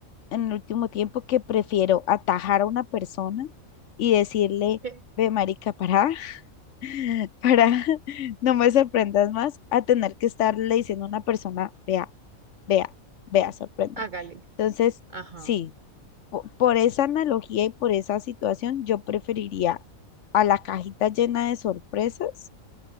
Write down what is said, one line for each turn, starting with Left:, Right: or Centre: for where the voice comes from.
Left: en el último tiempo que prefiero atajar a una persona y decirle,
Right: Eh,
Left: ve marica, para, <laughs> para, <laughs> no me sorprendas más, a tener que estarle diciendo a una persona, vea, vea, vea, sorprenda.
Right: hágale.
Left: Entonces,
Right: Ajá.
Left: sí, po- por, esa analogía y por esa situación, yo preferiría a la cajita llena de sorpresas